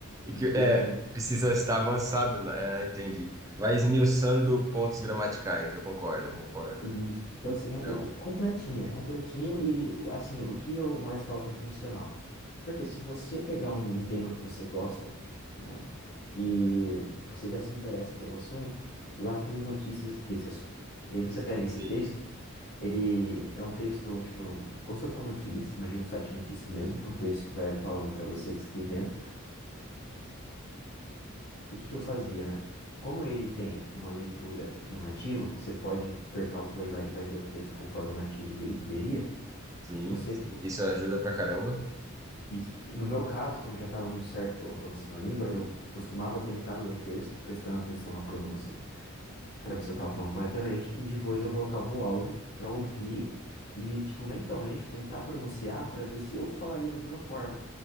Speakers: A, on the right; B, on the left.
A: e que
B: Então,
A: é precisa estar avançado, né? É, entendi. Vai esmiuçando pontos gramaticais, eu concordo, eu concordo.
B: Isso. Então, assim, é
A: Então,
B: é completinho, é completinho e, assim, o que eu mais falo que é funcional. Porque se você pegar um, um tema que você gosta, né, e você já se interessa pelo assunto, lá tem notícias desse assunto. E aí você pega esse
A: sim,
B: texto, ele é um texto, tipo, como se fosse uma notícia, imagina um site de notícia mesmo, é um texto que vai falando para você, descrevendo, o que que eu fazia, né? Como ele tem uma leitura de um nativo, você pode apertar o play lá, ele vai ler o texto conforme o nativo le- leria.
A: sim,
B: Você,
A: sim, isso ajuda pra caramba.
B: isso- no meu caso, como já estava um certo avanço na língua, eu costumava tentar ler o texto, prestando atenção à pronúncia, para ver se eu estava falando corretamente, e depois eu colocava o áudio para ouvir e, tipo, mentalmente tentar pronunciar para ver se eu falaria da mesma forma.